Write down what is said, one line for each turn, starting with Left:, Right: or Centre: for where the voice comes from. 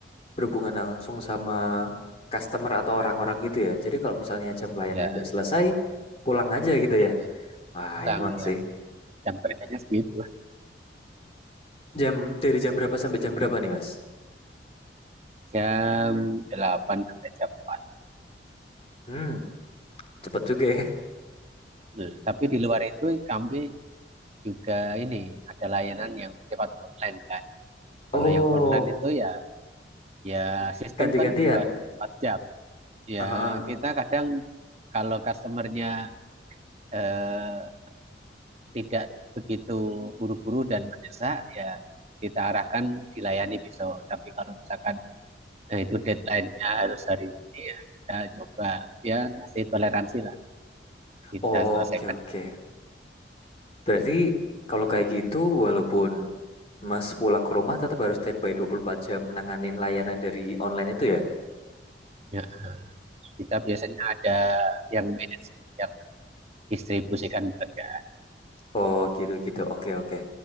Left: berhubungan langsung sama customer atau orang-orang gitu ya. Jadi kalau misalnya jam pelayanannya
Right: ya
Left: udah selesai, pulang aja gitu ya.
Right: ya
Left: Ah,
Right: pulang
Left: emang sih.
Right: ya jam kerjanya segitu
Left: Jam dari jam berapa sampai jam berapa nih Mas?
Right: jam delapan sampai jam empat
Left: Hmm, cepet juga ya.
Right: Nah, tapi di luar itu kami juga ini ada layanan yang sifat online kan
Left: Oh,
Right: kalau yang online itu ya ya sistem
Left: ganti-gantian.
Right: kan buka dua puluh empat jam ya
Left: Ah, ah.
Right: kita kadang kalau customernya eh, tidak begitu buru-buru dan mendesak ya kita arahkan dilayani besok tapi kalau misalkan Nah, itu deadline-nya harus hari ini ya. Kita coba ya kasih toleransi lah kita
Left: Oh,
Right: selesaikan.
Left: Oke oke. Berarti kalau kayak gitu, walaupun Mas pulang ke rumah tetap harus standby 24 jam nanganin layanan dari online itu ya?
Right: Ya, kita biasanya ada yang manage, yang distribusikan kerja.
Left: Oh gitu-gitu, oke oke.